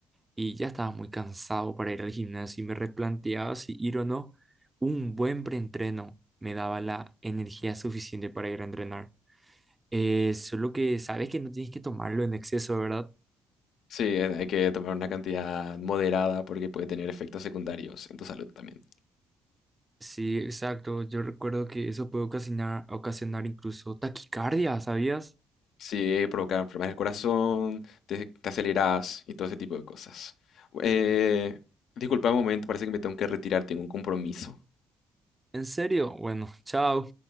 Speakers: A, on the right; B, on the left.
A: y ya estaba muy cansado para ir al gimnasio y me replanteaba si ir o no, un buen preentreno me daba la energía suficiente para ir a entrenar. Eh, solo que sabes que no tienes que tomarlo en exceso, ¿verdad?
B: Sí, eh, hay que tomar una cantidad moderada porque puede tener efectos secundarios en tu salud también.
A: Sí, exacto. Yo recuerdo que eso puede ocasionar, ocasionar incluso taquicardia, ¿sabías?
B: Sí, provoca enfermedades del corazón, te, te aceleras y todo ese tipo de cosas. Eh, disculpa un momento, parece que me tengo que retirar, tengo un compromiso.
A: ¿En serio? Bueno, <laughs> chao.